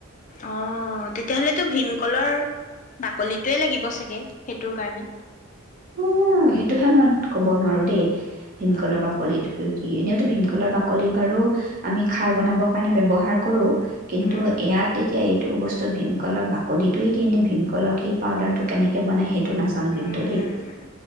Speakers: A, on the left; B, on the right.
A: অহ তেতিয়াহলেতো ভীমকলৰ বাকলিটোৱে লাগিব চাগে সেইটোৰ কাৰণে
B: উমহ সেইটোহে মই ক'ব নোৱাৰো দেই ভীমকলৰ
A: অ
B: বাকলিটো কি এনেও টো ভীমকলৰ বাকলি বাৰু আমি খাৰ বনাবৰ কাৰণে ব্যৱহাৰ কৰোঁ কিন্তু
A: উম
B: এয়াত এতিয়া এত টো বস্তুত ভীমকলৰ বাকলিটোৱেই দিয়ে নে, ভীমকলৰ এই পাউদাৰটো কেনেকৈ বনায় সেই টো নাজানো
A: উম।
B: কিন্তু দেই।